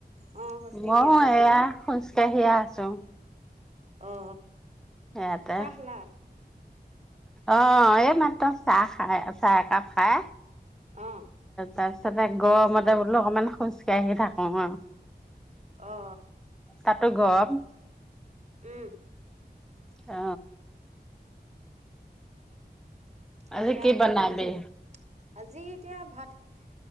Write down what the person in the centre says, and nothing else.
মই
এইয়া
খোজ- কাঢ়ি আছো।
সেয়াতে
অ এই মাত্ৰ চাহ খাই চাহ একাপ খাই -
তাৰ পিছতে গৰমতে বোলো অকমান খোজকাঢ়ি থাকো হয়-
তাতো গৰম।
আ আজি
বনাবি?